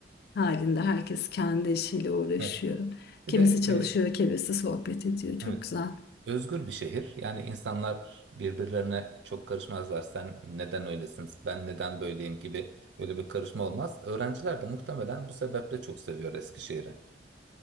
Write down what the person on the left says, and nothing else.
halinde herkes kendi işiyle uğraşıyor
kimisi
çalışıyor
kimisi sohbet ediyor çok
güzel.